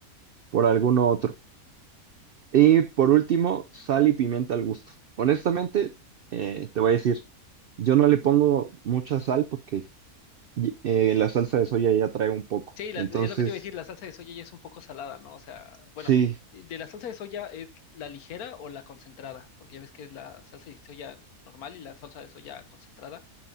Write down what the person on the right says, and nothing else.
por alguno otro. Y por último, sal y pimienta al gusto. Honestamente, eh, te voy a decir, yo no le pongo mucha sal porque y- eh, la salsa de soya ya trae un poco.
Entonces,
sí,